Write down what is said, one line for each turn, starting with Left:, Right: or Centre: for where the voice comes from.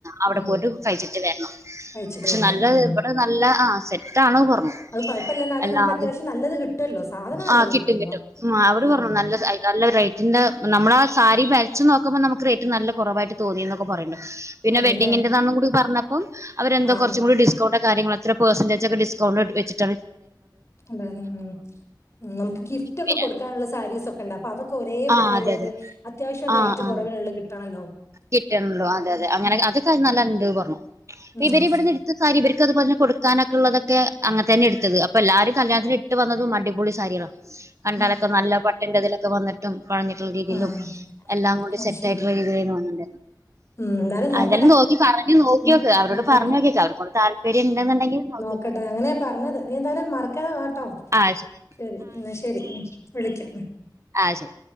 Right: അവിടെ
Left: ഉം
Right: പോയിട്ട് കഴിച്ചിട്ട് വരണം
Left: കഴിച്ചിട്ട്
Right: പക്ഷെ
Left: വരണം
Right: നല്ല
Left: ഉം
Right: ഇവിടെ നല്ല ആഹ് സെറ്റ് ആണ് പറഞ്ഞു
Left: അത് കുഴപ്പല്ല എന്നാലും
Right: എല്ലാതും
Left: നമുക്ക് അത്യാവശ്യം നല്ലത് കിട്ടുവല്ലോ സാധനം നല്ലത്
Right: ആഹ് കിട്ടും
Left: കിട്ടുവല്ലോ
Right: കിട്ടും അഹ് അവര്
Left: ആഹ്
Right: പറഞ്ഞു നല്ല സായ് നല്ല റേറ്റിന്റ നമ്മളാ ആ സാരി വരച്ച് നോക്കുമ്പം നമുക്ക് റേറ്റ് നല്ല കുറവായിട്ട് തോന്നീന്നൊക്കെ പറയും പിന്നെ
Left: അതെല്ലേ
Right: വെഡിങ്ങിന്റെതാന്നും കൂടി പറഞ്ഞപ്പം അവരെന്തൊ
Left: ആഹ്
Right: കുറച്ചും കൂടി ഡിസ്‌ കൗണ്ട് കാര്യങ്ങള് എത്ര പേഴ്സൻന്റെജ് ഒക്കെ ഡിസ്കൗണ്ട് ഇട്ട് വെച്ച്
Left: അതേലേ ഉം നിങ്ങൾക്ക് ഗിഫ്റ്റ് ഒക്കെ
Right: പിന്നെ
Left: കൊടുക്കാനുള്ള സാരീസൊ ക്കെണ്ട് അപ്പൊ അതൊക്കെ ഒരേപോലെ
Right: ആ അതെ
Left: ഇള്ളത്
Right: അതെ
Left: അത്യാവശ്യം
Right: ആ
Left: റേറ്റ്
Right: ആ
Left: കുറവിനൊള്ള കിട്ടണല്ലോ
Right: കിട്ടണല്ലോ
Left: അതാണ്
Right: അതെ അതെ അങ്ങനെ
Left: ഉം
Right: അതൊക്കെ നല്ല ഇണ്ട് പറഞ്ഞു
Left: ഉം
Right: ഇവര് ഇവിടെന്ന് ഇട് ത്തസാരി ഇവരിക്ക് അതുപോലെന്നെ കൊടുക്കാനൊക്കെള്ളതൊക്കെ അങ്ങന തന്നെ എടുത്തത് അപ്പ എല്ലാരും കല്യാത്തിന് ഇട്ട് വന്നതും അടിപൊളി സാരികളാ
Left: <unintelligible>
Right: കണ്ടാലൊക്കെ നല്ല പട്ടിന്റെ ഇതിലൊക്കെ വന്നിട്ടും കുഴഞ്ഞിട്ടുള്ള രീതീലും
Left: ആഹ്
Right: എല്ലാംകൂടി
Left: അത്
Right: സെറ്റ്
Left: ശരി
Right: ആയിട്ടിള്ള രീതിയിലാര്ന്ന് വന്നിണ്ടാരുന്ന്
Left: ഉം എന്തായാലും നോക്കട്ടെ
Right: അതെന്തായാലും നോക്കി പറഞ്ഞു നോക്കിയോക്ക്
Left: ഉം
Right: അവരോട്
Left: ആയിക്കോട്ടെ
Right: പറഞ്ഞു നോക്കിയേക്ക് അവർക്കൂടി ‌ താല്പര്യം ഇണ്ടെന്നിണ്ടെങ്കി നോ‌ക്കി
Left: ക്കട്ടെ അങ്ങനെയാ പറഞ്ഞത് നീ എന്തായാലും മറക്കാതെ വാട്ടോ
Right: ആ ശരി
Left: ശെരി എന്ന ശെരി ഉം വിളിക്കാം.
Right: ആഹ് ശെരി.